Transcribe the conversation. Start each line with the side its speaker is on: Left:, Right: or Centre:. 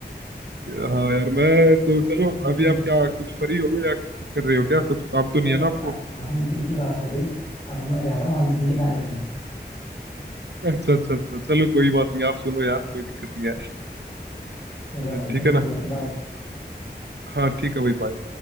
Right: हाँ
Left: अच्छा भाई
Right: यार मैं तो चलो
Left: इनके
Right: अभी आप क्या कुछ फ्री हो गए या कुछ कर रहे हो क्या कुछ काम तो नहीं
Left: भाई
Right: है ना
Left: अब
Right: आपको
Left: हनी सिंह की बात हो गई अब मैं जा रहा हूँ हनी सिंह के गाने सुनने
Right: अच्छा अच्छा अच्छा चलो कोई बात नहीं आप सुनो यार कोई दिक्कत नहीं
Left: चलो
Right: है
Left: भाई
Right: ठीक
Left: चलो
Right: है ना
Left: ठीक है ओके बाय
Right: हाँ ठीक है भाई बाय